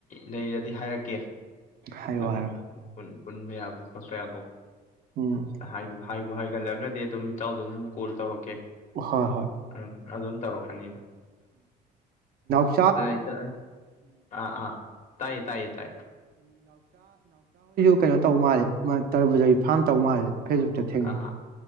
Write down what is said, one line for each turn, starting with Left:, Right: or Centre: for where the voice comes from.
Left: ꯂꯩꯔꯗꯤ ꯍꯥꯏꯔꯛꯀꯦ
Right: ꯍꯥꯏꯔꯛꯑꯣ
Left: <unintelligible>
Right: ꯍꯥꯏꯔꯛꯑꯣ
Left: ꯄꯨꯟꯕ ꯌꯥꯕ ꯈꯣꯠꯄ ꯌꯥꯕ
Right: ꯎꯝ
Left: ꯍꯥꯏꯕꯨ ꯍꯥꯏꯕꯨ ꯍꯥꯏꯒꯠꯂꯛꯒꯗꯤ ꯑꯗꯨꯝ ꯏꯇꯥꯎꯗ ꯑꯗꯨꯝ ꯀꯣꯜ ꯇꯧꯔꯛꯀꯦ
Right: ꯍꯣꯏ ꯍꯣꯏ
Left: ꯑꯗꯨꯝ ꯑꯗꯨꯝ ꯇꯧꯔꯛꯀꯅꯤꯗꯣ
Right: ꯎ
Left: ꯏꯇ ꯑꯥ ꯑꯥ ꯇꯥꯏꯌꯦ ꯇꯥꯏꯌꯦ ꯇꯥꯏꯌꯦ
Right: ꯀꯩꯅꯣ ꯇꯧ ꯃꯥꯜꯂꯦ ꯃꯥ ꯇꯔꯕꯨꯖꯒꯤ ꯐꯥꯔꯝ ꯇꯧ ꯃꯥꯜꯂꯦ ꯐꯦꯁꯕꯨꯛꯇ ꯊꯦꯡꯅꯩ
Left: ꯑꯥ